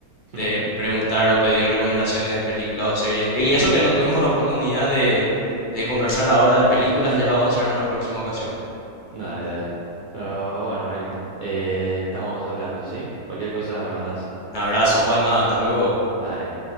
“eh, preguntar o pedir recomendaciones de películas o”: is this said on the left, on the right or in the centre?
Left